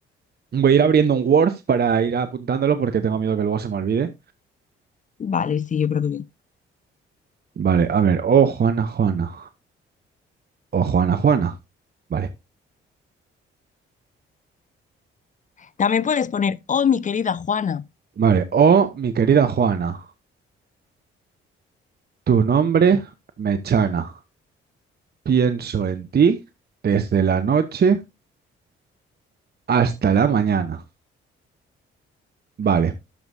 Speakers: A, on the right; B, on the left.
A: Voy a ir abriendo un Word para ir apuntándolo porque tengo miedo que luego se me olvide.
B: vale, sí, yo creo que bien.
A: Vale, a ver. Oh, Juana, Juana. o Juana, Juana. Vale,
B: También puedes poner, oh, mi querida Juana,
A: vale. Oh, mi querida Juana. Tu nombre me chana. Pienso en ti desde la noche hasta la mañana. Vale,